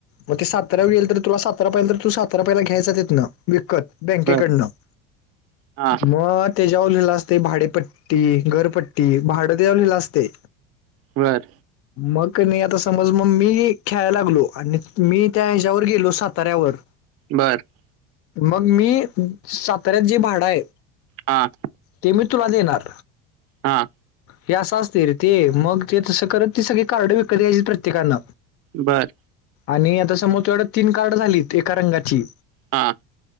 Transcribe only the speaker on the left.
मग ते सातारावर गेल तर तुला सातार पहिजे. तर तू सातारा पहिला घ्यायचा तिथन विकत. बँकेकडनं
मग तेज्यावर लिहिलेल असते. भाडेपट्टी, घरपट्टी, भाडं त्यावर लिहिलेल असतंय.
मग कणी, आता समज मग मी खेळाय लागलो. आणि मी त्या हेच्यावर गेलो सात ताऱ्यावर.
मग मी साताऱ्यात जे भाडं आहे.
ते मी तुला देणार.
हे असं असते रे ते. मग ते तसं करत ते सगळी कार्ड विकत घ्यायची प्रत्येकान.
आणि आता समोर तेवढ तीन कार्ड झालीत एका रंगाची